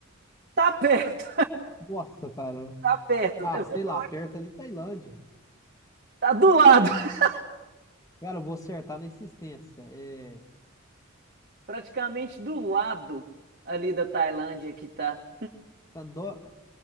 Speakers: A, on the right; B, on the left.
A: tá perto,
B: Nossa, cara.
A: tá perto.
B: Ah,
A: Eu
B: sei
A: vou
B: lá,
A: falar
B: perto
A: que
B: ali Tailândia.
A: tá do lado, <laughs>
B: Cara, eu vou acertar na insistência. É...
A: praticamente do lado ali da Tailândia que tá.
B: Cando...